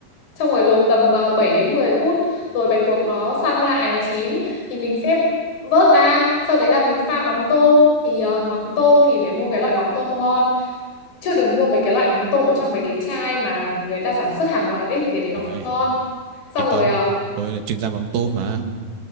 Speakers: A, on the left; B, on the right.
A: xong rồi luộc tầm ờ, 7 đến 10 phút rồi bạch tuộc nó săn lại nó chín thì mình sẽ vớt ra sau đấy là mình pha mắm tôm thì ờ, mắm tôm thì phải mua cái loại mắm tôm ngon chứ đừng mua mấy cái loại mắm tôm ở trong mấy cái chai mà người ta sản xuất hàng loạt ấy thì cái đấy nó
B: ôi
A: không ngon xong
B: yên
A: rồi
B: tâm
A: à,
B: tôi là chuyên gia mắm tôm
A: ừ,
B: mà